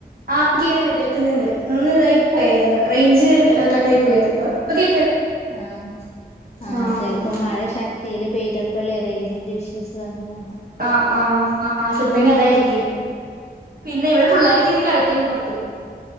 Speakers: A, on the right; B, on the left.
A: ആ കേക്ക്ന്ന്ണ്ട് കേൾക്ക്ന്ന്ണ്ട് ഒന്ന് ഇതായി പോയായിരുന്നു റേഞ്ച് കട്ടായി പോയപ്പോ ഒക്കെ
B: ആ ആ
A: ആഹ്
B: ചിലപ്പോ മഴ ശക്തിയിൽ പെയ്തപ പ്പളെ റേഞ്ചിന്റെഇഷ്യൂസ് വന്നതാ
A: ആ ആ ആ ചെലപ്പങ്കി അതായിരിക്കും പിന്നെ ഇവിടെ പിള്ളോരൊക്കെ ഇന്ന് കളിക്കണ്ട് പത്ത്